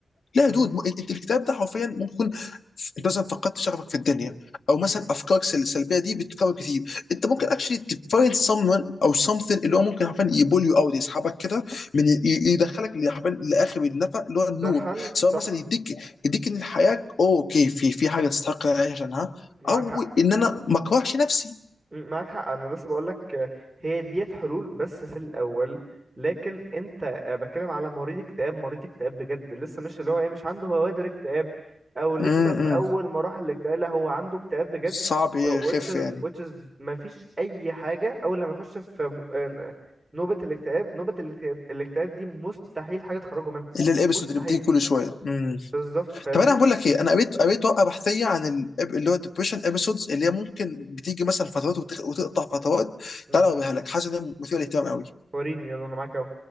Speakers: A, on the left; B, on the right.
A: لا
B: مم،
A: يا دود م- انت الكتاب ده حرفيا ممكن يكون ف- انت مثلا فقدت شغفك في الدنيا او مثلا
B: مم،
A: افكارك السل- السلبيه دي بتتكرر كتير انت ممكن
B: مم.
A: اكشلي تفايند someone او something اللي هو ممكن حرفيا يبول يو اوت يسحبك كده من ي- ي- يدخلك اللي حرفيا لاخر النفق اللي هو النور
B: ده حل
A: سواء
B: صح
A: مثلا يديك يديك ان الحياه اوكي في في حاجه تستحق إن أنا اعيش عشانها
B: معاك
A: او
B: حق
A: ان انا ما اكرهش نفسي
B: م- معاك حق انا لسه بقولك هي ديت حلول بس في الاول لكن انت آه، بتكلم على مريض اكتئاب مريض اكتئاب بجد لسه مش اللي هو ايه مش عنده بوادر اكتئاب او لسه
A: امم
B: في اول مراحل الاكتئاب لا هو عنده اكتئاب بجد
A: صعب يخف
B: و- which is
A: يعني
B: which is مفيش اي حاجه اول لما يخش في م- آه، نوبه الاكتئاب نوبه الاكتئاب الاكتئاب دي مستحيل حاجه تخرجه منها
A: الا الابيسود
B: مستحيل
A: اللي بتيجي كل شويه امم
B: بالظبط فاهمني
A: طب انا
B: مستحيل
A: بقول لك ايه انا قريت قريت ورقه بحثيه عن ال- اللي هو الدبريشن ابيسودز اللي هي ممكن بتيجي مثلا فترات وتخ- وتقطع فترات
B: م.
A: تعالى اوريها لك حاسس ان هي مثيره للاهتمام قوي
B: وريني يلا انا معاك اهو